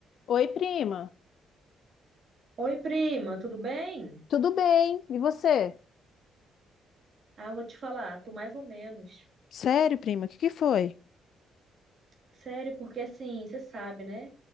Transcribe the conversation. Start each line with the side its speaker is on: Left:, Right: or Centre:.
Left: Oi, prima.
Right: Oi, prima, tudo bem?
Left: Tudo bem? E você?
Right: Ah, vou te falar, tô mais ou menos.
Left: Sério, prima? O que que foi?
Right: Sério, porque assim, você sabe, né?